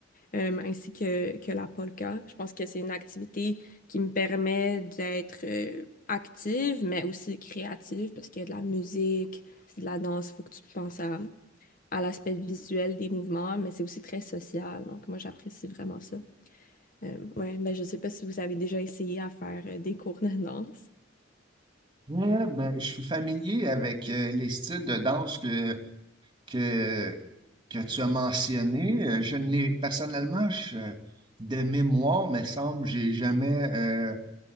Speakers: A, on the left (about 45°); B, on the right (about 25°).
A: euh, ainsi que, que la polka. Je pense que c'est une activité qui me permet d'être euh, active, mais aussi créative, parce qu'il y a de la musique, c'est de la danse, il faut que tu penses à, à l'aspect visuel des mouvements, mais c'est aussi très social. Donc, moi, j'apprécie vraiment ça. Euh, ouais, mais je sais pas si vous avez déjà essayé à faire euh, des cours de danse.
B: Ouais, ben, je suis familier avec euh, les styles de danse que, que, que tu as mentionnés. Euh, Je n'ai personnellement, je- de mémoire, me semble, j'ai jamais euh,